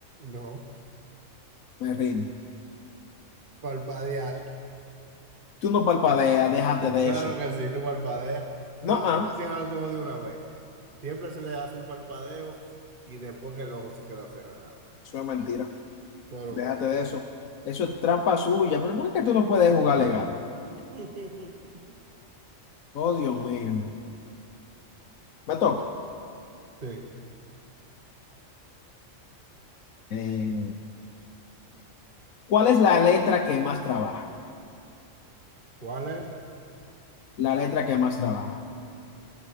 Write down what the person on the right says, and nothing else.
No.
Palpadear.
<laughs>
Claro
que sí, tú palpadeas.
Tú no
cierras los ojos de una vez. Siempre se le hace un parpadeo y después que el ojo se queda cerrado.
Claro
que sí.
<laughs>
Sí.
¿Cuál es?